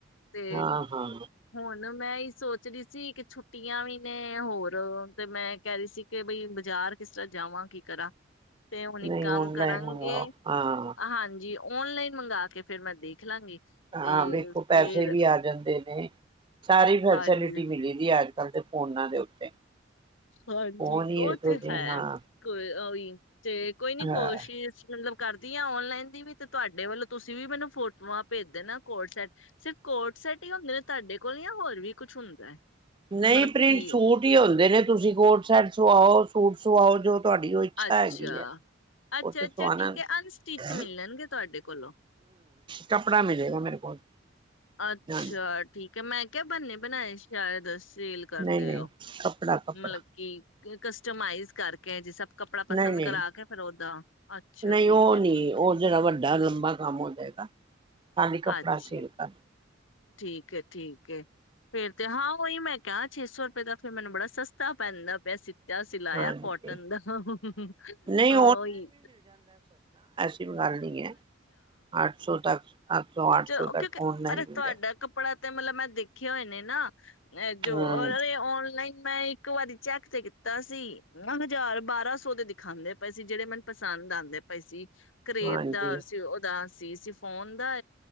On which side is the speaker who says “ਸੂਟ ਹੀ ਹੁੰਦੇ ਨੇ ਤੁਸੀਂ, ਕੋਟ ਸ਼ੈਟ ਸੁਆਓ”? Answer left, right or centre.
Right